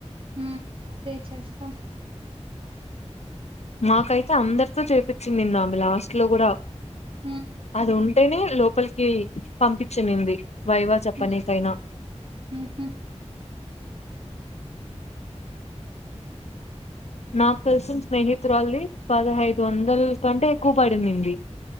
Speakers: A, on the right; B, on the left.
A: ఊ అదే చేస్తాం
B: మాకైతే అందరితో చేపిచ్చింది నిన్న ఆమె లాస్ట్ లో గూడా
A: హ్మ్
B: అది ఉన్ టెనే లోపలికి పంపిచ్చినింది వైవ చెప్పనీకైనా
A: హ్మ్ హ్మ్ హ్మ్
B: నాకు తెలిసిన స్నేహితురాల్ది పదహైదు వందల్ కంటే ఎక్కువ పడిందిండి